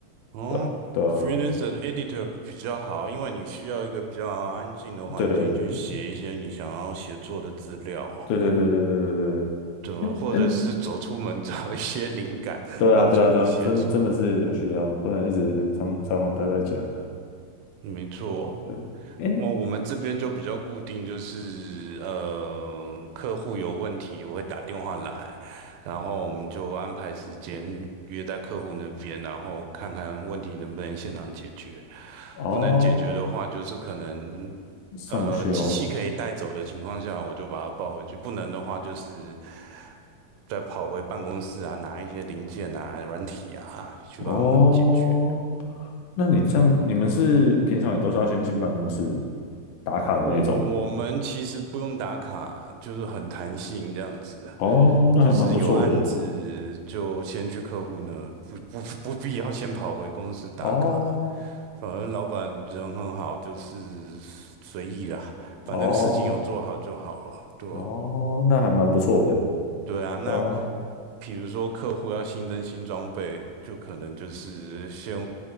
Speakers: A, on the right; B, on the left.
A: 哦，freelancer
B: 对啊，对啊，
A: 的 editor 比较好，因为你需要一个比较安静的环境去写一些你想要写作的资料哦，
B: 对对对对对对对对对。
A: 对，
B: 哎，
A: 或者是走出门
B: 诶嗯
A: <laughs> 找一些灵感，
B: 对啊，
A: 帮助你写作。
B: 对啊，对啊，真的真的是有需要，不能一直常常常待在家。
A: 没错
B: 对，哎，
A: 哦，我我们这边就比较固定，就是呃，客户有问题我会打电话来，然后我们就安排时间约在客户那边，然后看看问题能不能现场解决。
B: 哦，
A: 不能解决的话，就是可能
B: 送修，
A: 呃机器可以带走的情况下，我就把它抱回去；不能的话，就是再跑回办公室啊，拿一些零件啊、软体啊，去帮他们解决。
B: 哦，那你这样，你们是平常也都是要先进办公室打卡的那种？
A: 我我们其实不用打卡，就是很弹性这样子，
B: 哦，那还蛮不错的。
A: 就是有案子就先去客户呢，不不不必要先跑回公司打卡，
B: 哦，
A: 反而老板人很好，就是随意啦，
B: 哦，
A: 反正事情有做好就好了，对
B: 哦，那还蛮不错的。
A: 对啊，那
B: 啊，
A: 比如说客户要新增新装备，就可能就是先